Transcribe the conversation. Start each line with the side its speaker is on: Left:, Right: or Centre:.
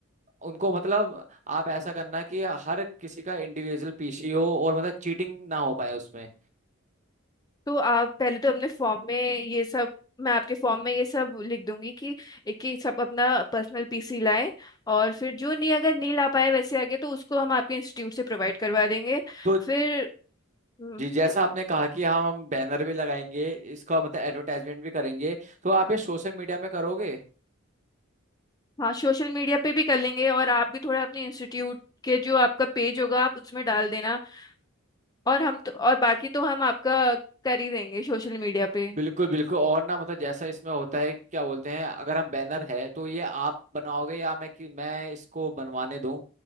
Right: उनको मतलब आप ऐसा करना कि हर किसी का इंडिविजुअल पीसी हो और मतलब चीटिंग ना हो पाए उसमें
Left: तो आप पहले तो अपने फॉर्म में ये सब मैं आपके फॉर्म में ये सब लिख दूंगी कि एक एक सब अपना पर्सनल पीसी लाएं और फिर जो नहीं अगर नहीं ला पाए वैसे आगे तो उसको हम आपके इंस्टीट्यूट से प्रोवाइड करवा देंगे
Right: तो
Left: फिर हम्म,
Right: जि- जैसा आपने कहा कि हाँ हम बैनर भी लगाएंगे इसका मतलब एडवर्टाइजमेंट भी करेंगे तो आप ये सोशल मीडिया में करोगे
Left: हाँ सोशल मीडिया पे भी कर लेंगे और आप भी थोड़ा अपने इंस्टीट्यूट के जो आपका पेज होगा आप उसमें डाल देना और हम तो और बाकी तो हम आपका कर ही देंगे सोशल मीडिया पे
Right: बिल्कुल बिल्कुल और ना मतलब जैसा इसमें होता है क्या बोलते हैं अगर हम बैनर है तो ये आप बनाओगे या मैं कि मैं इसको बनवाने दूं?